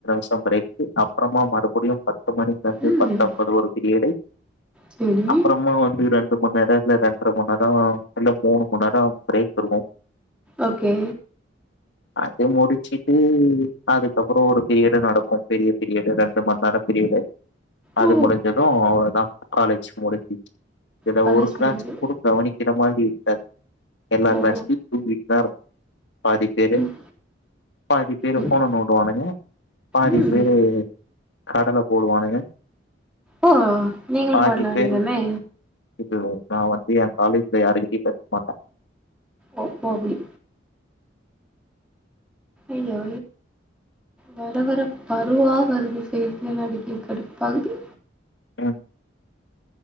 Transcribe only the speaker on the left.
சாம்பார் எட்டு அப்றமா மறுபடியு பத்து மணிலர்ந்து
பத்தம்பது ஒரு பீரியடை
அப்றமா வந்து இரண் ட்டு மண் நேரத்துல்ல ரெண்ட்ர மண்நேரோ இல்ல மூணு மண் நேரோ பிரேக் இருக்கு
அது முடிச்சுட்டு அதுக்கப்பறொ ஒரு பீரியடு நடக்கும் பெரிய பீரியடு ரெண்டு மண்நேர பீரியடு அது
முடிஞ்சது அவ்ளோதா காலேஜ் முடிஞ்சுச் இத
ஒரு கிளாஸ
கூட கவனிக்கிற மாதிரி இருக்காது எல்லா
கிளாஸ்லயும் தூங்கிட்தா இரு பாதி பேரு
பாதி பேரு
ஃபோன நோண்டுவான்ங்க. பாதி
பேரு கடல போடுவானுங்க.
பாதி
பேரு <unintelligible> நா வந்து என் காலேஜ்ல யாருகிட்டயு பேச மாட்டே
எனக்